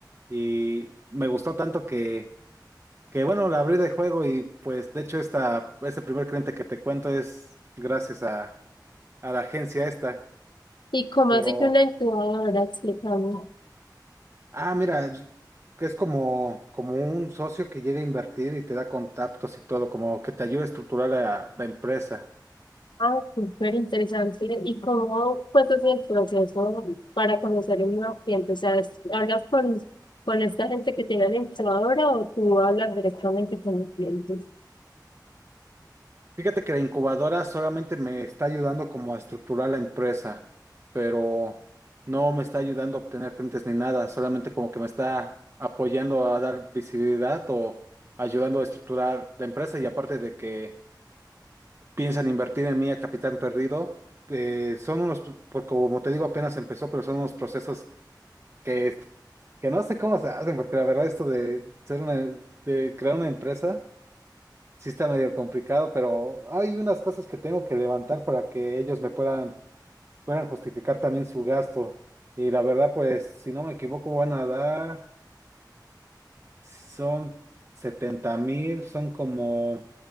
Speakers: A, on the right; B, on the left.
A: y me gustó tanto que, que bueno, la abrí de juego y pues de hecho esta, este primer cliente que te cuento es gracias a, a la agencia esta,
B: ¿Y cómo
A: pero...
B: así que una incubadora? Explícame.
A: Ah, mira, yo- que es como, como un socio que llega a invertir y te da contactos y todo, como que te ayuda a estructurar la, la empresa.
B: Ah, súper interesante. ¿Y cómo fue todo el proceso para conocer un nuevo cliente? O sea, es- ¿hablas con, con esta gente que tiene la incubadora o tú hablas directamente con los clientes?
A: Fíjate que la incubadora solamente me está ayudando como a estructurar la empresa, pero no me está ayudando a obtener clientes ni nada, solamente como que me está apoyando a dar visibilidad o ayudando a estructurar la empresa y aparte de que piensan invertir en mí a capital perdido, eh, son unos, porque como te digo, apenas empezó, pero son unos procesos que, que no sé cómo se hacen, porque la verdad esto de ser una, de crear una empresa, sí está medio complicado, pero hay unas cosas que tengo que levantar para que ellos me puedan, puedan justificar también su gasto. Y la verdad, pues, si no me equivoco, van a dar, son setenta mil, son como